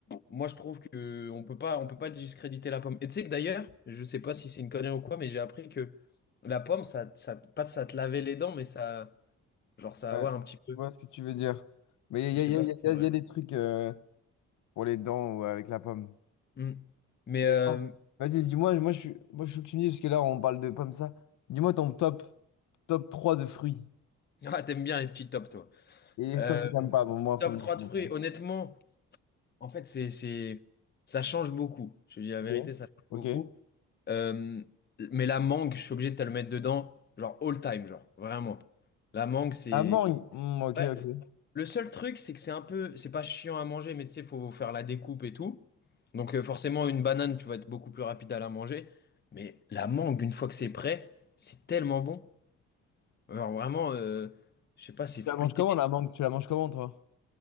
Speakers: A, on the left; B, on the left.
A: Moi, je trouve que on peut pas, on peut pas discréditer la pomme. Et tu sais que d'ailleurs, je sais pas si c'est une connerie ou quoi, mais j'ai appris que la pomme, ça, ça, pas ça te lavait les dents, mais ça. Genre ça,
B: Ouais,
A: ouais, un petit peu.
B: je vois ce que tu veux dire. Mais il
A: Je
B: y
A: sais
B: a, y
A: pas.
B: a- y a-
A: si
B: y
A: C'est
B: a-
A: vrai.
B: y a des trucs euh, pour les dents ou avec la pomme.
A: Hmm. Mais
B: Il
A: euh,
B: est énorme. Vas-y, dis-moi, moi je suis, moi je veux que tu me dises, parce que là on parle de pommes ça. Dis-moi ton top, top 3 de fruits.
A: <laughs> ah, t'aimes bien les petits tops, toi.
B: Et
A: Euh,
B: toi que t'aimes pas, bon, moi
A: top
B: on
A: 3
B: en-
A: de
B: on
A: fruits,
B: en parle.
A: honnêtement, en fait, c'est, c'est, ça change beaucoup. Je te dis la
B: Ok.
A: vérité, ça change
B: Ok.
A: beaucoup. Euh, mais la mangue, je suis obligé de te le mettre dedans, genre all time, genre, vraiment. La mangue, c'est.
B: La mangue. Hmm, ok,
A: Ouais.
B: ok.
A: Le seul truc, c'est que c'est un peu. C'est pas chiant à manger, mais tu sais, faut faire la découpe et tout. Donc, euh, forcément, une banane, tu vas être beaucoup plus rapide à la manger. Mais la mangue, une fois que c'est prêt, c'est tellement bon. Alors vraiment, euh, je sais pas, c'est
B: Tu
A: fruité.
B: la manges comment
A: Tu
B: la mangue? Tu la manges comment toi?